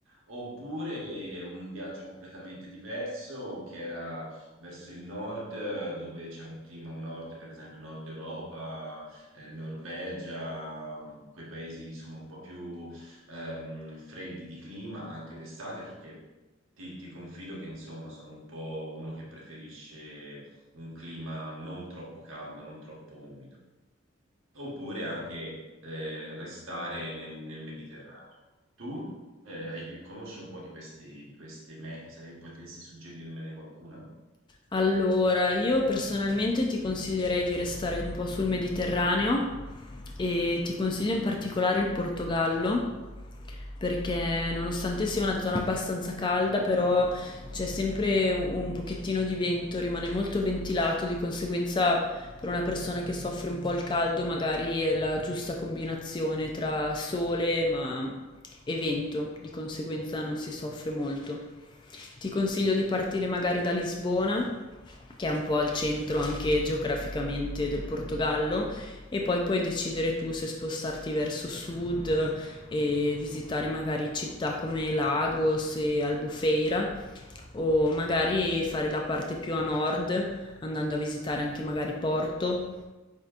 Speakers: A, on the right; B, on the left.
A: Oppure un viaggio completamente diverso che era verso il nord, dove c'è un clima, un nord, per esempio, Nord Europa, eh, Norvegia, quei paesi insomma un po' più ehm, freddi di clima anche d'estate, perché ti, ti confido che insomma sono un po' uno che preferisce un clima non troppo caldo, non troppo umido oppure anche eh, restare nel, nel Mediterraneo. Tu eh, hai- conosci un po' di questi- di queste mete, se potessi suggerirmene qualcuna?
B: Allora, io personalmente ti consiglierei di restare un po' sul Mediterraneo e ti consiglio in particolare il Portogallo perché nonostante sia una zona abbastanza calda, però c'è sempre un un pochettino di vento, rimane molto ventilato, di conseguenza per una persona che soffre un po' il caldo magari è la giusta combinazione tra sole ma... e vento, di conseguenza non si soffre molto. Ti consiglio di partire magari da Lisbona, che è un po' al centro anche geograficamente del Portogallo, e poi puoi decidere tu se spostarti verso sud e visitare magari città come Lagos e Albufeira, o magari fare la parte più a nord, andando a visitare anche magari Porto